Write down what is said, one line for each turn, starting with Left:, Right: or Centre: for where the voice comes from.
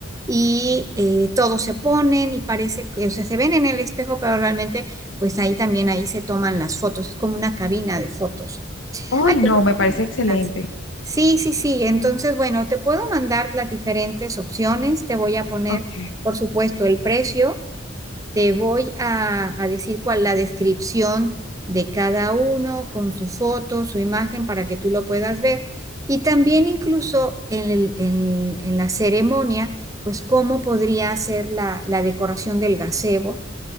Right: Y eh, todos se ponen y parece que, o sea, se ven en el espejo, pero realmente, pues ahí también, ahí se toman las fotos, es como una cabina de fotos.
Left: Ay,
Right: Hay cosas
Left: no, me parece
Right: distintas.
Left: excelente.
Right: Sí, sí, sí. Entonces, bueno, te puedo mandar las diferentes opciones. Te voy a poner,
Left: Ok.
Right: por supuesto, el precio. Te voy a, a decir cuál la descripción de cada uno con su foto, su imagen, para que tú lo puedas ver. Y también incluso en, el- en- en la ceremonia, pues cómo podría ser la, la decoración del gazebo